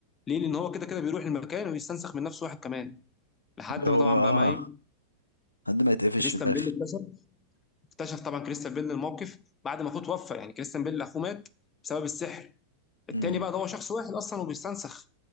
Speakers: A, on the left; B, on the left.
A: ليه؟ لأن هو كده كده بيروح المكان ويستنسخ من نفسه واحد كمان لحد
B: اللي
A: ما
B: هو
A: طبعا
B: اه
A: بقى ما إيه
B: عندما يتقفش
A: كريستيان
B: في الاخر
A: بيل اكتشف اكتشف طبعا كريستيان بيل الموقف بعد ما أخوه توفى يعني كريستيان بيل أخوه مات بسبب السحر التاني
B: مم.
A: بقى ده هو شخص واحد أصلا وبيستنسخ